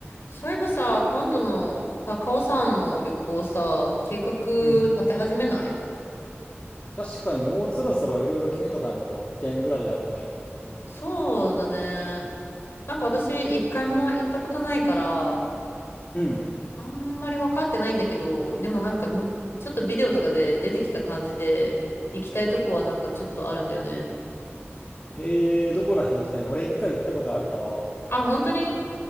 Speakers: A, on the left; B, on the left.
A: そういえばさ、今度の高尾山の旅行さ、計画
B: うん。
A: 立て始めない
B: 確かにもうそろそろいろいろ決めとかんといけんぐらいやもんね。うん。
A: そうだね。なんか私、一回も行ったことないから、
B: うん
A: あんまり分かってないんだけど、でもなんかみ、ちょっとビデオとかで出てきた感じで、行きたいとこはなんかちょっとあるんだよね。
B: えー、どこら辺行きたいの俺一回行ったことあるから、
A: あ、本当に